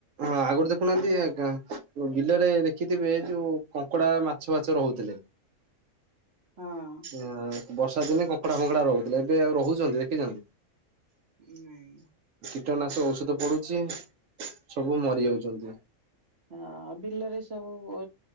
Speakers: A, on the right; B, on the right.
A: ହଁ ଆଗରୁ ଦେଖୁନାହାନ୍ତି ଗାଁ ବିଲରେ ଦେଖିଥିବେ ଯୋଉ କଙ୍କଡା ମାଛ ବାଛ ରହୁଥିଲେ।
B: ହଁ
A: ଆ ବର୍ଷା ଦିନେ କଣ କଙ୍କଡା ଫଙ୍କଡା ରହୁଥିଲେ, ଏବେ ଆଉ ରହୁଛନ୍ତି, ଦେଖିଛନ୍ତି?
B: ନାଇଁ।
A: କୀଟନାଶ ଔଷଧ ପଡୁଛି ସବୁ ମରି ଯାଉଛନ୍ତି।
B: ହଁ ବିଲରେ ସବୁ ଉ